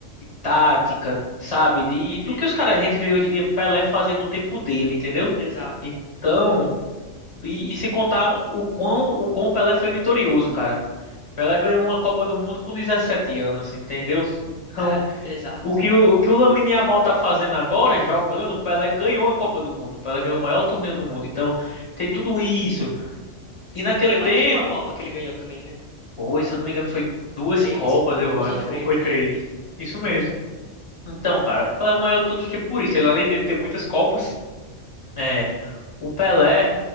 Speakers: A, on the left (about 25°); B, on the left (about 60°).
A: tática, sabe? De, do
B: e-
A: que os caras, a gente vê hoje em dia Pelé fazia no tempo dele, entendeu?
B: exato,
A: Então, e, e sem contar o quão, o quão Pelé foi vitorioso, cara. Pelé ganhou uma Copa do Mundo com 17 anos, entendeu? Então,
B: é, exato.
A: o que o, o que o Lamine Yamal tá fazendo agora, jogando, Pelé ganhou a Copa do Mundo. Pelé ganhou o maior torneio do mundo. Então, tem tudo isso. E naquele
B: E foi
A: tempo,
B: mais de uma Copa que ele ganhou também, né?
A: foi, se eu não me engano, foi duas
B: Três,
A: Copas,
B: foi
A: eu
B: duas
A: acho,
B: ou três,
A: ou foi
B: né?
A: três. Isso
B: É por
A: mesmo.
B: aí,
A: Então, cara, o Pelé é o maior de todos os tempos por isso. Ele, além de ter muitas Copas, é, o Pelé,